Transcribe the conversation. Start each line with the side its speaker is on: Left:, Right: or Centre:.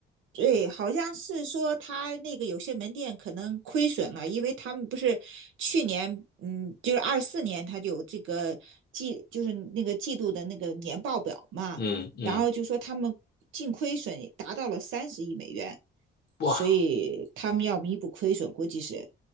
Right: 对，好像是说他那个有些门店可能亏损了，因为他们不是去年，嗯，就是二四年他就有这个季，就是那个季度的那个年报表嘛，
Left: 嗯嗯，
Right: 然后就说他们净亏损达到了三十亿美元，
Left: 哇，
Right: 所以他们要弥补亏损，估计是。